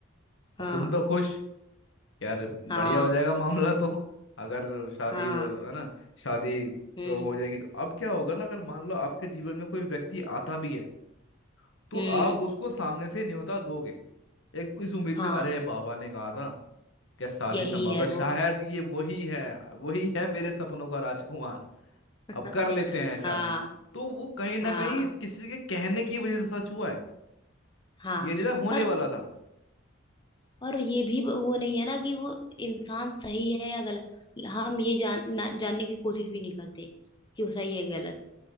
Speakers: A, on the left; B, on the left.
A: हाँ
B: अब तुम तो खुश यार बढ़िया
A: हाँ
B: हो जाएगा मामला तो अगर शादी
A: हाँ
B: हो- है ना शादी
A: हम्म
B: हो जाएगी तो अब क्या होगा ना अगर मान लो आपके जीवन में कोई व्यक्ति आता भी है तो
A: हम्म
B: आप उसको सामने से न्योता दोगे एक इस उम्मीद
A: हाँ
B: में अरे बाबा ने कहा था क्या शादी
A: यही
B: संभव
A: है
B: है शायद
A: वो
B: ये वही है वही है मेरे सपनों का राजकुमार
A: <laughs>
B: अब कर लेते हैं शादी
A: हाँ
B: तो वो कहीं ना
A: हाँ
B: कहीं किसी के कहने की वजह से सच हुआ है
A: हाँ
B: ये नहीं था होने
A: और
B: वाला था
A: और ये भी वो नहीं है ना कि वो इंसान सही है या गलत हम ये जान ना, जानने की कोशिश भी नहीं करते कि वो सही है गलत